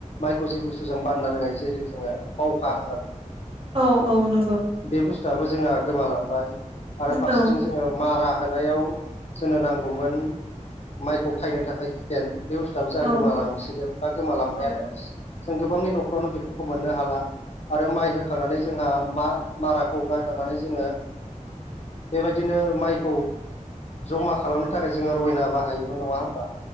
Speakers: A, on the left; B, on the right.
A: माइखौ जे बुस्थु जों बानना रोगायो जेरै जोङो बावखा होनना
B: औ औ नंगौ
A: बे बुस्थुआबो जोंहा गोमालांबाय आरो फारसेथिं
B: औ
A: जोङो मारा होनायाव जोंनो नांगौमोन माइखौ खायनो थाखाय फेन बे बुस्थुआबो जोंहा
B: औ
A: गोमालांसिगोन बा गोमालांबायानो
B: औ
A: जों गोबांनि न'खरावनो बेफोरखौ मोननो हाला आरो माइ होखांनानै जोंहा मा माराखौ गारखांनानै जोङो बेबायदिनो माइखौ जमा खालामनो थाखाय जोङो रयना बाहायोमोन नङा होमबा